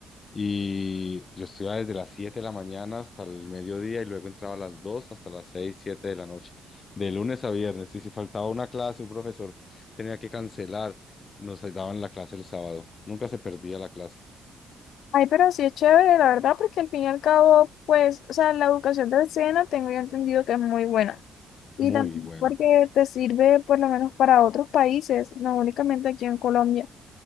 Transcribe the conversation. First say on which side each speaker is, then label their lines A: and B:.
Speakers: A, on the left; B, on the left.
A: Y yo estudiaba desde las 7 de la mañana hasta el mediodía y luego entraba a las 2 hasta las 6 7 de la noche, de lunes a viernes. Y si faltaba una clase, un profesor tenía que cancelar, nos daban la clase el sábado. Nunca se perdía la clase.
B: Ay, pero sí es chévere, la verdad, porque al fin y al cabo, pues, o sea, la educación de escena tengo yo entendido que es muy buena.
A: Muy
B: Y también
A: buena.
B: porque te sirve por lo menos para otros países, no únicamente aquí en Colombia.